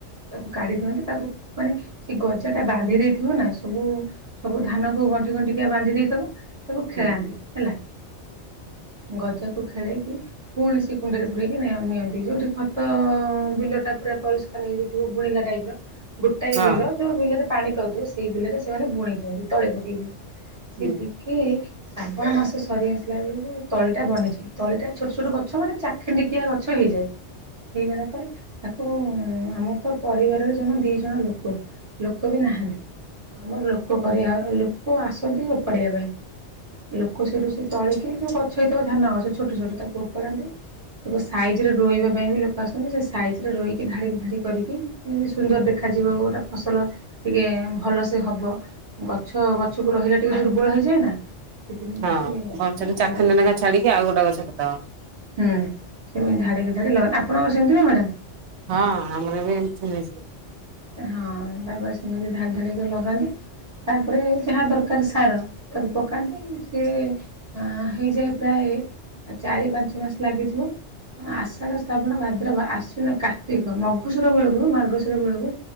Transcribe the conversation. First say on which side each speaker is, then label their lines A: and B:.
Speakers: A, on the right (about 30°); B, on the right (about 70°).
A: ତାକୁ କାଢ଼ି ଦିଅନ୍ତ। ତାକୁ ମାନେ ସେ ଗଜା ଟା ବାନ୍ଧି ଦେଇଥିବ ନା ସବୁ ସବୁ ଧାନ କ ଗଣ୍ଠି ଗଣ୍ଟିକିଆ ବାନ୍ଧି ଦେଇଥିବ। ତାବ ଖେଳାନ୍ତି
B: ହୁଁ
A: ହେଲା। ଗଜାକୁ ଖେଳେଇକି ପୁଣି ସେ କୁଣ୍ଡରେ ପୂରେକି ନିଅନ୍ତି ଯୋଉଠି ଖତ ବିଲ ଟା ପୁରା ପରିଷ୍କାର ହେଇଯାଇଥିବ ବୁଣିଲା ଟାଇପ ର ଗୋଟାଏ
B: ହଁ
A: ବିଲ ଯୋଉ ବିଲରେ ପାଣି ପାଉଥିବ ସେଇ ବିଲ ରେ ସେମାନେ ବୁଣି ଦିଅନ୍ତି ତଳେ ପକେଇ ଦିଅନ୍ତି। ସେତିକି
B: ହୁଁ
A: ଶ୍ରାବଣ ମାସ ସରି ଆସିଲା ବେଳକୁ ତଳିଟା ବନିଯା ତଳିଟା ଛୋଟ ଛୋଟ ଗଛ ମାନେ ଚାଖିଣ୍ଡିକିଆ ଗଛ ହେଇଯାଏ ହେଇଗଲା ପରେ ତାକୁ ଆମର ତ ପରିବାର ଜଣ ଦି ଜଣ ଲୋକ ଲୋକ ବି ନାହାନ୍ତି ଆମର ଲୋକ କରିବା ଲୋକ ଆସନ୍ତି ଓପାଡିବା ପାଇଁ ଲୋକ ସେଠୁ ସେ ତଳିକି ଯୋଉ ଗଛ ହେଇଥିବ ଧାନ ଗଛ ଛୋଟ ଛୋଟ ତାକୁ ଓୋପାଡାନ୍ତି ତାକୁ ସାଇଜ ରେ ରୋୋଇବା ପାଇଁ ବି ଲୋକ ଆସନ୍ତି ସେ ସାଇଜ ରେ ରୋଇକି ଧାଡିକି ଧାଡି କରିକି ସୁନ୍ଦର ଦେଖାଯିବ ଗୋଟେ ଫସଲ ଟିକେ ଭଲସେ ହବ ଗଛ ଗଛକୁ ରହିଲା ଟିକେ ଦୁର୍ବଳ ହେଇଯାଏ ନା। ସେଥିମ
B: ହଁ
A: ସେ
B: ଗଛରୁ
A: ଧଡ଼େ
B: ଚାଖଣ୍ଡେ ଲେଖା ଛାଡିକି ଆଉ ଗୋଟେ ଗଛ ପୋତା ହବ।
A: ହୁ ସେମ ଧ ଧ ଲଗ ଆପଣଙ୍କ ସେମିତି ନା ମ୍ୟାଡ଼ାମ୍।
B: ହଁ ଆମର ବି ଏ ସେ
A: ହଁ ତାପରେ ସେମିତି ଧାଡି ଧାଡ଼ିକ ଲଗାନ୍ତି ତାପରେ ଯାହା ଦରକାର ସାର ତାକୁ ପକାନ୍ତି ସିଏ ହେଇଯାଏ ପ୍ରାୟ ଚାରି ପାଞ୍ଚ ମାସ ଲାଗିଯିବ ଆଷାଢ ଶ୍ରାବଣ ଭାଦ୍ର ଆସୁନ କାର୍ତ୍ତିକ ମଘୁସୂୁର ବେଳକୁ ମାର୍ଗଶୁର ବେଳକୁ